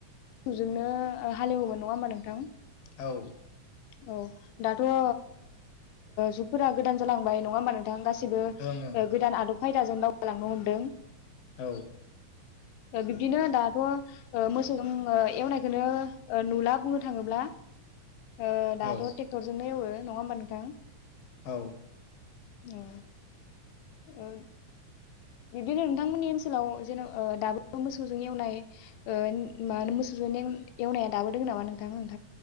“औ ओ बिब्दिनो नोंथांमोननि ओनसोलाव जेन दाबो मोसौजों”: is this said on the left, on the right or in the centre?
Left